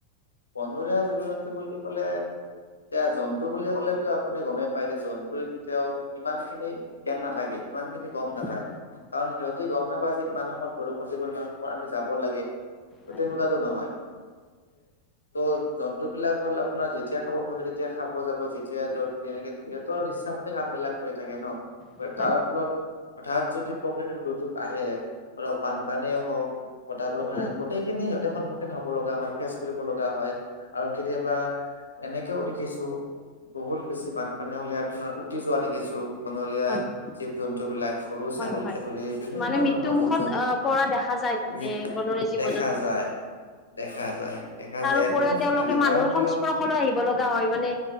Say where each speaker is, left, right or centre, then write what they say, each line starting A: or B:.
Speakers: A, on the left; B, on the left.
A: বনৰীয়া জীৱ জন্তু বুলি কলে। এতিয়া জন্তু বুলি ক'লেতো আপুনি গমেই পায় যে জন্তুৰ কেতিয়াও ইমান খিনি জ্ঞান নাথাকে ইমান খিনি। গম
B: হয়
A: নাপায় কাৰণ সিহঁতে গম নাপায় যে ইমান সময়ত বৰষুণ দিব ইমান সময়ত আমি যাব লাগে। তহ
B: হয়
A: তেনেকুৱাটো নহয় তহ জন্তুবিলাক হ'ল আপোনাৰ যেতিয়া খাব মন তেতিয়া- খাব যাব যেতিয়া যত তেনেকে সিহঁতৰ ইচ্ছামতে কাম বিলাক কৰি থাকে নহ-
B: হয়
A: তাৰ ফলত হঠাৎ যদি প্ৰকৃতিৰ দুৰ্যোগ আহে ধৰক বানপানীয়ে হওক- কথাবোৰ মানে
B: হয়
A: গোটেইখিনি সিহঁতে সন্মুখীন হব লগা হয় ফেচ কৰিব লগা হয় আৰু কেতিয়াবা। এনেকেও দেখিছোঁ বহুত বেছি বানপানী হলে আপোনাৰ উটি যোৱা দেখিছোঁ। বনৰীয়া
B: হয়
A: জীৱ জন্তু বিলাক গৰু ছাগলীকে
B: হয় হয়
A: ধৰি বিভিন্ন
B: মানে মৃত্যুমুখত
A: ধৰণৰ যদি
B: আহ পৰা দেখা যায়
A: মৃত
B: এ বনৰীয়া জীৱ
A: দেখা যায় দেখা যায়। দেখা
B: তাৰপৰিও
A: যায় একদম
B: তেওঁলোকে
A: দেখা যায়
B: মানুহৰ
A: কাৰণ
B: সংস্পৰ্শলৈ
A: কিয়
B: আহিব লগা হয় মানে